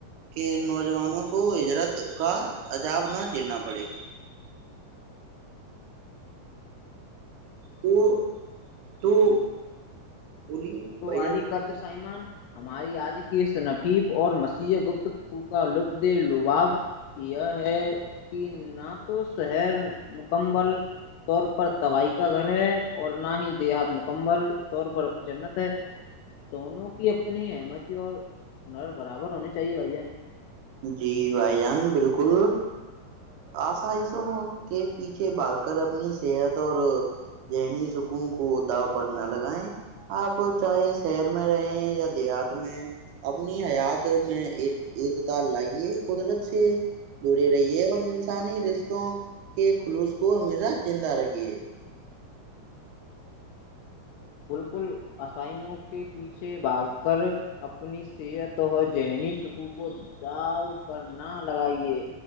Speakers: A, on the right; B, on the left.
A: کے نوجوانوں کو ہجرت کا عجاب نہ جھیلنا پڑے ہوں تو تو بولیے
B: تو
A: بھائی جان
B: علی قدر سائیمان ہماری آج کے ت نفیب اور مسیحی گپتو کا لبد لباب یہ ہے کہ نہ تو شہر مکمل طور پر توبائی کا گھر ہے اور نہ ہی دیہات مکمل طور پر جنت تو دونوں کی اپنی ہے سمتی اور برابر ہونی چاہیے بھائی جان
A: جی بھائی جان بالکل آسائشوں کے پیچھے با کر اپنی صحت اور ذہنی سکون کو داو پر نہ لگائیں آپ چاہے شہر میں رہےیں یا دیہات میں اپنی حیات میں ال لائیے قدرت سے جڑے رہیے اور انسانی رشتوں کے خلوص کو ہمیشہ زندہ رکھیے
B: بالکل آائموں کے پیچھے بھاگ کر اپنی صحت اور ذہنی سکو کو داؤ کر نہ لگائیے